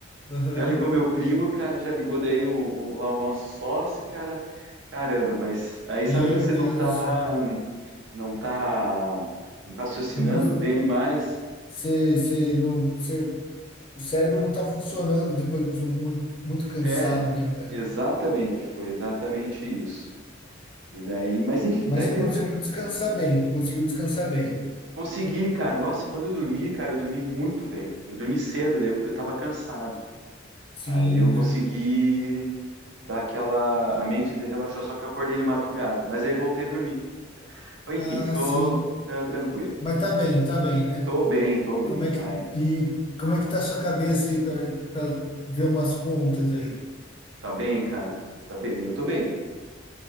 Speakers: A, on the left; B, on the right.
A: aham.
B: Já ligou meu primo, cara, já ligou daí o, o- lá o nosso sócio, cara. Caramba, mas aí
A: Meu
B: sabe quando você
A: Deus
B: não tá
A: do céu.
B: não está raciocinando
A: Não, cons-
B: bem mas
A: Você, você não, você, o cérebro não está funcionando depois de um muito, muito cansado,
B: É,
A: né, cara?
B: exatamente, foi exatamente isso. E daí, mas enfim,
A: Mas
B: daí
A: você conseguiu
B: tá-
A: descansar bem, conseguiu descansar bem.
B: consegui, cara. Nossa, quando eu dormi, cara, eu dormi muito bem. Eu dormi cedo, daí porque eu estava cansado.
A: Sim,
B: Aí eu consegui
A: cara.
B: dar aquela, a mente relaxou, só que eu acordei de madrugada, mas aí voltei a dormir. Enfim,
A: Ah,
B: tô
A: sim.
B: tá tranquilo.
A: Mas tá bem, tá bem, né?
B: Tô bem, tô bem.
A: Como é que,
B: Ai,
A: e como é que tá a sua cabeça aí para ver umas contas aí?
B: tá bem, cara. Tá bem, eu tô bem.